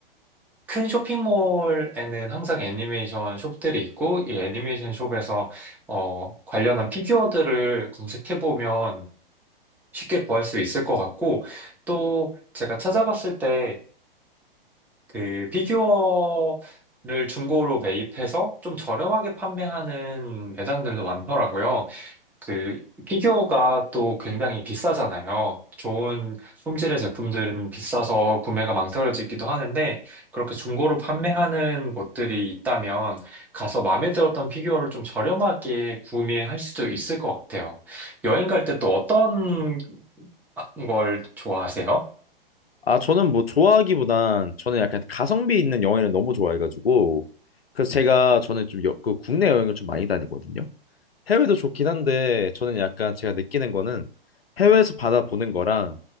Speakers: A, in the centre; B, on the left.
A: 큰 쇼핑몰에는 항상 애니메이션 숍들이 있고, 이 애니메이션 숍에서, 어, 관련한 피규어들을 검색해보면 쉽게 구할 수 있을 것 같고, 또 제가 찾아봤을 때, 그 피규어를 중고로 매입해서 좀 저렴하게 판매하는 매장들도 많더라고요. 그 피규어가 또 굉장히 비싸잖아요. 좋은 품질의 제품들은 비싸서 구매가 망설여지기도 하는데 그렇게 중고로 판매하는 곳들이 있다면 가서 마음에 들었던 피규어를 좀 저렴하게 구매할 수도 있을 것 같아요. 여행 갈 때 또 어떤 걸 좋아하세요?
B: 아, 저는 뭐 좋아하기보단 저는 약간 가성비 있는 여행을 너무 좋아해가지고 그래서 제가 저는 좀 여, 그 국내 여행을 좀 많이 다니거든요. 해외도 좋긴 한데 저는 약간 제가 느끼는 거는 해외에서 바다 보는 거랑